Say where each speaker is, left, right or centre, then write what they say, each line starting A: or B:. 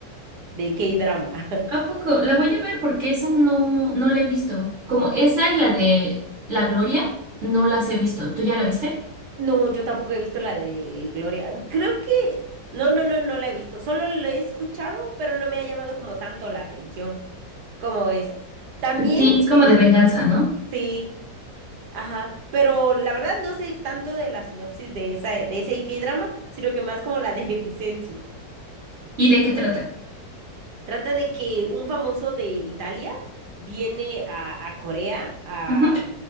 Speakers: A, on the right (about 65°); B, on the right (about 50°).
A: de K-drama. <laughs>
B: ¿A poco? La voy a ver porque esa no, no la he visto. Como esa y la de La Gloria, no las he visto. ¿Tú ya la viste?
A: No, yo tampoco he visto la de Gloria. Creo que... No, no, no, no la he visto. Solo la he escuchado, pero no me ha llamado como tanto la atención como esa. También,
B: Sí, es como de venganza, ¿no?
A: sí, ajá. Pero la verdad no sé tanto de la sinopsis de esa, de ese K-drama, sino que más como la de <laughs> Vicencio.
B: ¿Y de qué trata?
A: Trata de que un famoso de Italia viene a, a Corea a,
B: Ujú,